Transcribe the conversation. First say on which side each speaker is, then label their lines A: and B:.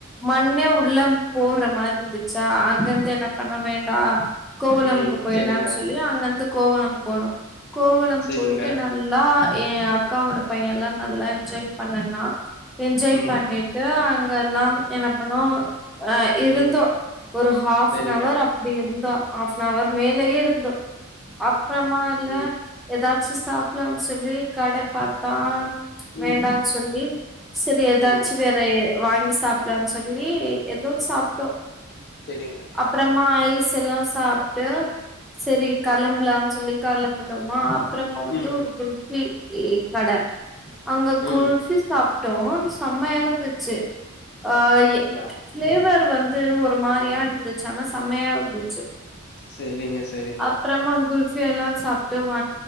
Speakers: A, in the centre; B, on the left.
A: மண்ணே உள்ளே போடுற மாதிரி இருந்துச்சா அங்கிருந்து என்ன பண்ணோ வேண்டாம் கோவளமுக்கு
B: ம்
A: போயிடலாம்னு
B: செரிங்க
A: சொல்லி அங்கந்து கோவளம் போணோம் கோவளம்
B: செரிங்க
A: போயிட்டு ந எல்லா என் அக்காவோட பையன் எல்லாம் நல்லா என்ஜாய் பண்ணனா என்ஜாய்
B: ம்
A: பண்ணிட்டு ஏ அங்க எல்லாம் என்ன பண்ணோம் ஹ இருந்தோம்
B: ம்
A: ஒரு ஹாஃப்
B: செரிங்க
A: அன் ஹவர் அப்படி இருந்தோம் ஹாஃப் அன் ஹவர் மேலயே இருந்தோம் அப்புறமா இல்ல
B: ம்
A: ஏதாச்சும் சாப்பலாம்னு சொல்லி கடை பார்த்தா வேண்டாம்னு
B: ம்
A: சொல்லி சரி ஏதாச்சு
B: ம்
A: வேற வாங்கி சாப்பலான்னு சொல்லி எதுவும் சாப்பிட்டோ
B: சரிங்க
A: அப்புறமா ஐஸ் எல்லாம் சாப்பிட்டு சரி கிளம்புலா
B: ம்
A: சொல்லிக்கிளம்புனமா அப்புறமா வந்து
B: ம்
A: ஒரு குல்ஃபி இ கடை அங்க
B: ம்
A: குல்ஃபி சாப்பிட்டோம் செம்மயா இருந்துச்சு ஆ யே
B: அப்டியா
A: பிளேவர் வந்து ஒரு மாதிரியா இருந்துச்ச ஆனா செமையா இருந்துச்சு
B: செரிங்க செரிங்க
A: அப்புறமா கு குல்ஃபி எல்லாம் சாப்பிட்டு வ